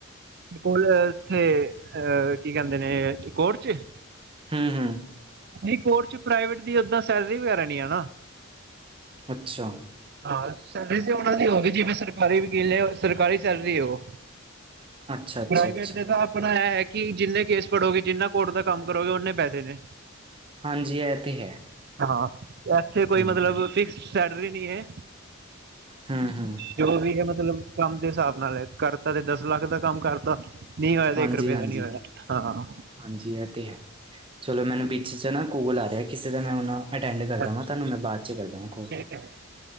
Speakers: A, on the right; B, on the right.
A: ਕੋਲ ਇਥੇ ਅਹ ਕੀ ਕਹਿੰਦੇ ਨੇ ਕੋਰਟ ਚ?
B: ਹਮ ਹ
A: ਨਈ ਕੋਰਟ ਚ ਪ੍ਰਾਈਵੇਟ ਦੀ ਓਦਾਂ ਸੈਲਰੀ ਵਗੈਰਾ ਨੀ ਹੈ ਨਾ
B: ਅੱਛਾ
A: ਹਾਂ ਸੈਲਰੀ ਤੇ ਉਨਾਂ ਦੀ ਓ ਵੇ ਜਿਵੇਂ ਸਰਕਾਰੀ ਵਕੀਲ ਨੇ ਸਰਕਾਰੀ ਸੈਲਰੀ ਓ।
B: ਅੱਛਾ ਅੱਛਾ
A: ਪ੍ਰਾਈਵੇਟ
B: ਅੱਛਾ
A: ਦੇ ਤਾਂ ਆਪਨਾ ਇਹ ਹੈ ਕਿ ਜਿੰਨੇ ਕੇਸ ਪੜ੍ਹੋਗੇ ਜਿੰਨਾ ਕੋਰਟ ਦਾ ਕੰਮ ਕਰੋਗੇ ਓਨੇ ਪੈਸੇ ਨੇ।
B: ਹਾਂਜੀ ਏਹ ਤੇ ਹੈ।
A: ਹਾਂ ਏਥੇ ਕੋਈ
B: ਹੂੰ ਹੂੰ
A: ਮਤਲਬ ਫਿਕਸਡ ਸੈਲਰੀ ਨੀ ਏ।
B: ਹਮ ਹਮ
A: ਜੋ ਵੀ ਹੈ ਮਤਲਬ ਕੰਮ ਦੇ ਹਿਸਾਬ ਨਾਲ ਹ। ਕਰਤਾ ਤੇ ਦਸ ਲੱਖ ਦਾ ਕੰਮ ਕਰ ਨੀ ਹੋਇਆ ਤੇ
B: ਹਾਂਜੀ
A: ਇੱਕ ਰੁਪਏ
B: ਹਾਂਜੀ
A: ਦਾ ਨੀ ਹੋਇਆ ਹਾਂ - ਹਾਂ।
B: ਹਾਂਜੀ ਇਹ ਤਾਂ ਹੈ, ਚਲੋ ਮੈਨੂੰ ਪਿੱਛੇ ਸੇ ਨਾ ਕੌਲ ਆ ਰਿਹਾ ਕਿਸੇ ਦਾ, ਮੈਂ ਉਹ ਨਾ। ਅਟੈਂਡ ਕਰਦਾ
A: ਅੱਛਾ
B: ਵਾਂ ਤਾਨੂੰ
A: ਅੱਛਾ
B: ਮੈਂ ਬਾਅਦ ਚ ਕਰਦਾ ਵਾਂ ਕੋਲ
A: ਠੀਕ ਹੈ ਸਤਿ